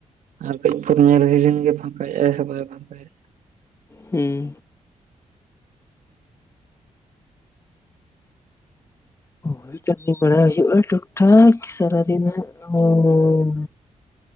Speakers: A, on the right; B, on the left.
A: ᱟᱨ ᱠᱟᱹᱡ ᱯᱩᱨ ᱧᱮᱞ ᱦᱩᱭ ᱞᱮᱱ ᱜᱮ ᱯᱷᱟᱸᱠᱟᱭᱟᱭ ᱥᱮ ᱵᱟᱭ ᱯᱷᱟᱸᱠᱟᱭᱟᱭ᱾
B: ᱦᱩᱸ᱾ ᱦᱳᱭ ᱠᱟᱹᱢᱤ ᱵᱟᱲᱟᱭ ᱦᱩᱭᱩᱜᱼᱟ ᱴᱩᱠ ᱴᱟᱠ ᱥᱟᱨᱟ ᱫᱤᱱ ᱦᱟᱸᱜ ᱦᱩᱸ᱾